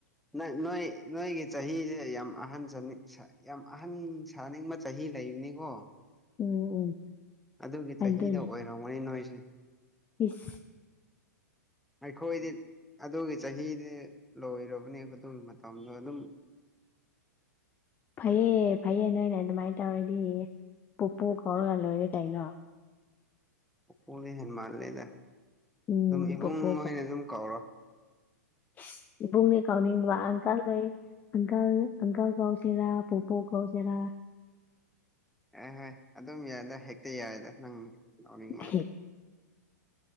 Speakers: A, in the centre; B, on the left (about 20°).
A: ꯅꯥ ꯅꯣꯏ ꯅꯣꯏꯒꯤ ꯆꯍꯤꯖꯦ ꯌꯥꯝ ꯑꯍꯟ ꯁꯥꯅꯤꯡ ꯁꯥ ꯌꯥꯝ ꯑꯍꯟ ꯁꯥꯅꯤꯡꯕ ꯆꯍꯤ ꯂꯩꯕꯅꯤꯀꯣ
B: ꯎꯝ ꯎꯝ
A: ꯑꯗꯨꯒꯤ ꯆꯍꯤꯗꯣ
B: ꯑꯗꯨꯅꯦ
A: ꯑꯣꯏꯔꯝꯒꯅꯤ ꯅꯣꯏꯁꯦ
B: ꯏꯁ
A: ꯑꯩꯈꯣꯏꯗꯤ ꯑꯗꯨꯒꯤ ꯆꯍꯤꯗꯦ ꯂꯣꯏꯔꯕꯅꯦꯕ ꯑꯗꯨꯒꯤ ꯃꯇꯝꯗꯣ ꯑꯗꯨꯝ
B: ꯐꯩꯌꯦ ꯐꯩꯌꯦ ꯅꯣꯏꯅ ꯑꯗꯨꯃꯥꯏꯟ ꯇꯧꯔꯗꯤ ꯄꯨꯄꯨ ꯀꯧꯔꯒ ꯂꯣꯏꯔꯦ ꯀꯩꯅꯣ
A: ꯄꯨꯄꯨꯗꯤ ꯍꯦꯟ ꯃꯥꯜꯂꯦꯗ
B: ꯎꯝ
A: ꯑꯗꯨꯝ ꯏꯕꯨꯡ
B: ꯄꯨꯄꯨ
A: ꯑꯣꯏꯅ ꯑꯗꯨꯝ ꯀꯧꯔꯣ
B: ꯢꯁ ꯏꯕꯨꯡꯅꯤ ꯀꯧꯅꯤꯡꯕ ꯑꯪꯀꯜ ꯂꯩ ꯑꯪꯀꯜ ꯑꯪꯀꯜ ꯀꯧꯁꯤꯔ ꯄꯨꯄꯨ ꯀꯧꯁꯦꯔꯥ
A: ꯑꯦ ꯍꯦ ꯑꯗꯨꯝ ꯌꯥꯏꯗ ꯍꯦꯛꯇ ꯌꯥꯏꯗ ꯅꯪ ꯂꯧꯅꯤꯡꯕꯗꯣ
B: ꯑꯍꯦ